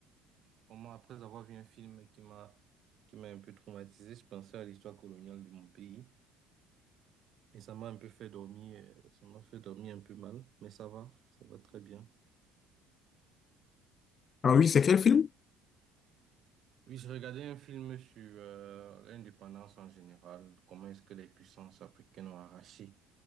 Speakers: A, on the right; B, on the left.
A: comment après avoir vu un film qui m'a qui m'a un peu traumatisé, je pensais à l'histoire coloniale de mon pays et ça m'a un peu fait dormir, euh, ça m'a fait dormir un peu mal, mais ça va, ça va très bien.
B: Ah oui, c'est quel film?
A: Oui, je regardais un film sur euh, l'indépendance en général, comment est-ce que les puissances africaines ont arraché